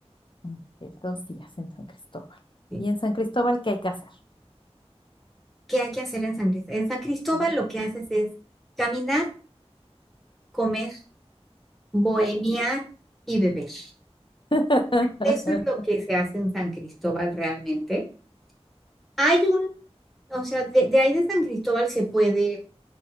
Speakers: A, on the left (about 50°); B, in the centre.
A: ok, dos días en San Cristóbal.
B: ¿sí?
A: ¿Y en San Cristóbal qué hay que hacer?
B: ¿Qué hay que hacer en San Cristóbal? En San Cristóbal
A: Ah.
B: lo que haces es caminar, comer, bohemiar y beber.
A: Mm.
B: Eso es lo
A: <laughs>
B: que se hace en San Cristóbal realmente. Hay un, o sea, de, de ahí de San Cristóbal se puede